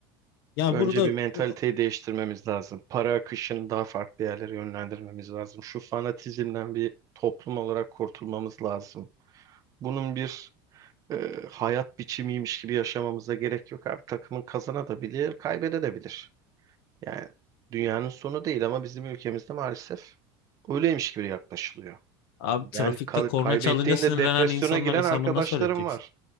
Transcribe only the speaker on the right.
Önce
bir mentaliteyi
değiştirmemiz lazım. Para akışını daha farklı yerlere yönlendirmemiz lazım. Şu fanatizmden bir toplum olarak kurtulmamız lazım. Bunun bir e, hayat biçimiymiş gibi yaşamamıza gerek yok. artık takımın kazanabilir, kaybedebilir. Yani dünyanın sonu değil ama bizim ülkemizde maalesef öyleymiş gibi yaklaşılıyor.
Yani ka-
kaybettiğinde
depresyona
giren
arkadaşlarım
var.